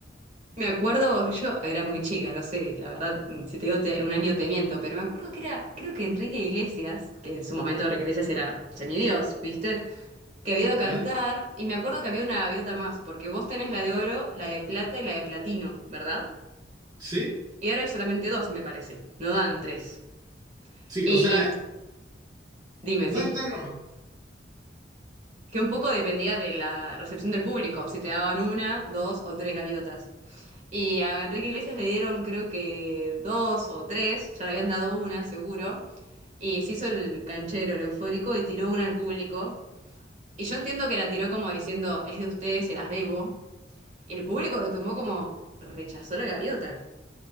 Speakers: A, on the right; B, on the right.
A: Me acuerdo, yo era muy chica, no sé, la verdad, mm, si te digo te- un año te miento, pero me acuerdo que era, creo que Enrique Iglesias, que en su momento Enrique Iglesias era semidios, ¿viste? Que había ido a
B: ¿ya?
A: cantar, y me acuerdo que había una gaviota más, porque vos tenés la de oro, la de plata y la de platino, ¿verdad?
B: Sí,
A: Y ahora hay solamente dos, me parece, no dan tres.
B: sí,
A: Y
B: o sea,
A: dime, sí.
B: dale, dale nomás.
A: que un poco dependía de la recepción del público, si te daban una, dos o tres gaviotas. Y a Enrique Iglesias le dieron creo que dos o tres, ya le habían dado una seguro, y se hizo el canchero, el eufórico, y tiró una al público. Y yo entiendo que la tiró como diciendo, es de ustedes, se las debo. Y el público lo tomó como, rechazó la gaviota.